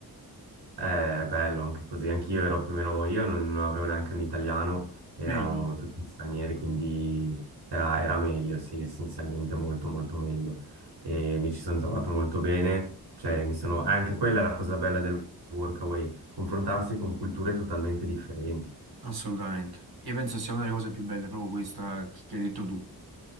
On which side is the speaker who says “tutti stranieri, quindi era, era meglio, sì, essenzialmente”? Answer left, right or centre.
Right